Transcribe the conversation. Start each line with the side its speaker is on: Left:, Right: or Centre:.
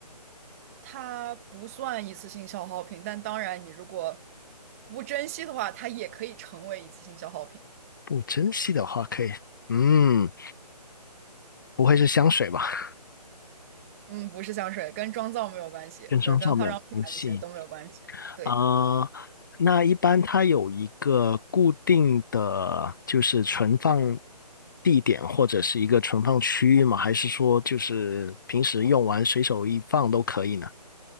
Right: 它不算一次性消耗品，但当然，你如果不珍惜的话，它也可以成为一次性消耗品。
Left: 不珍惜的话可以，嗯，不会是香水吧？
Right: 嗯，不是香水，跟妆造没有关系，
Left: 跟妆造没有关系
Right: 就是跟化妆品啊这些都没有关系。对，
Left: 啊、呃那一般它有一个固定的就是存放地点或者是一个存放区域吗？还是说就是平时用完随手一放都可以呢